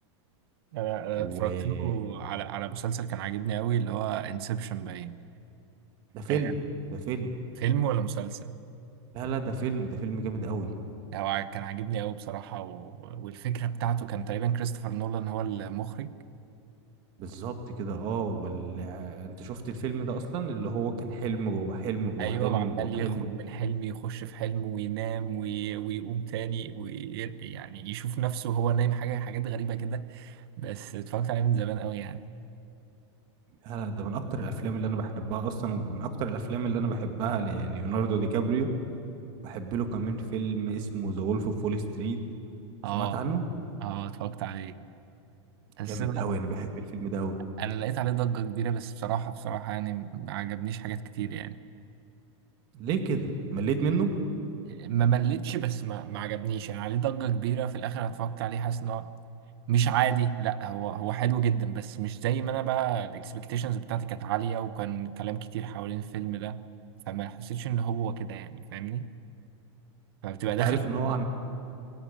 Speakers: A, on the right (about 55°); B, on the right (about 30°).
A: انا أنا
B: وده
A: اتفرجت له على على مسلسل كان عاجبني قوي اللي هو انسبشن باين
B: فيلم
A: آه،
B: ده فيلم
A: فيلم ولا مسلسل
B: لا لا ده فيلم ده فيلم جامد قوي
A: هو ع- كان عاجبني قوي بصراحة و... والفكرة بتاعته كان تقريبا كريستوفر نولان هو المخرج
B: بالظبط كده اه وال... آه، انت شفت الفيلم ده اصلا اللي هو كان حلم جوه حلم جوه
A: ايوه
B: حلم
A: وعمال
B: جوه
A: يخرج
B: حلم
A: من حلم يخش في حلم وينام وي... ويقوم تاني وي... يعني يشوف نفسه وهو نايم حاجة حاجات غريبة كده بس اتفرجت عليه من زمان قوي يعني
B: لا لا ده من اكتر الافلام اللي انا بحبها اصلا ومن اكتر الافلام اللي انا بحبها لليوناردو دي كابريو بحب له كمان فيلم اسمه ذا وولف اوف وول ستريت
A: اه
B: سمعت عنه
A: اه اتفرجت عليه
B: جامد
A: بس انا
B: قوي انا بحب الفيلم ده قوي
A: أنا لقيت عليه ضجة كبيرة بس بصراحة بصراحة يعني ما عجبنيش حاجات كتير يعني
B: ليه كده مليت منه
A: ما ملتش بس ما, ما عجبنيش يعني عليه ضجة كبيرة في الآخر أنا اتفرجت عليه حاسس إن هو مش عادي لا هو هو حلو جدا بس مش زي ما أنا بقى الإكسبكتيشنز بتاعتي كانت عالية وكان كلام كتير حوالين الفيلم ده فما حسيتش إن هو كده يعني فاهمني فبتبقى
B: انت
A: داخل
B: عارف ان هو عن